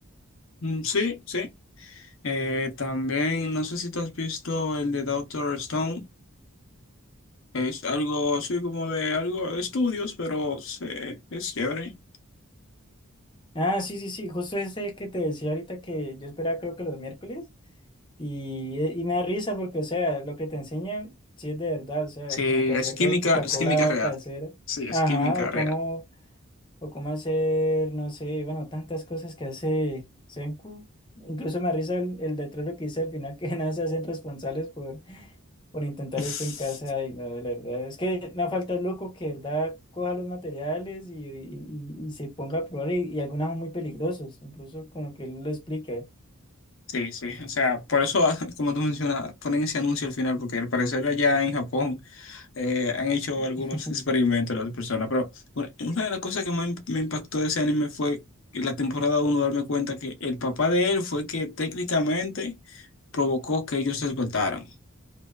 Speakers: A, on the left; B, on the left.
A: Mm, Sí, sí. Eh, también, no sé si tú has visto el de Doctor Stone. Es algo, sí, como de algo de estudios, pero sí, es chévere.
B: Ah, sí, sí, sí, justo ese que te decía ahorita que yo esperaba creo que los miércoles. Y, eh, y me da risa porque, o sea, lo que te enseñan, sí es de verdad, o sea,
A: Sí,
B: como que hacer
A: es química,
B: ca- Coca-Cola
A: es química real.
B: casera,
A: Sí, es
B: ajá,
A: química
B: o cómo,
A: real.
B: o cómo hacer, no sé, bueno, tantas cosas que hace Senku. Incluso me da risa el, el letrero que dice al final que <laughs> nada se hacen responsables por, por intentar
A: <laughs>
B: esto en casa y no, la verdad, es que no falta el loco que, de verdad, coja los materiales y, y, y- y se ponga a probar y, y algunos son muy peligrosos, incluso como que él lo explica.
A: Sí, sí, o sea, por eso, <laughs> como tú mencionas, ponen ese anuncio al final, porque al parecer allá en Japón eh, han hecho algunos
B: <laughs>
A: experimentos las personas, pero una una de las cosas que más me impactó de ese anime fue en la temporada uno darme cuenta que el papá de él fue que técnicamente provocó que ellos se despertaran.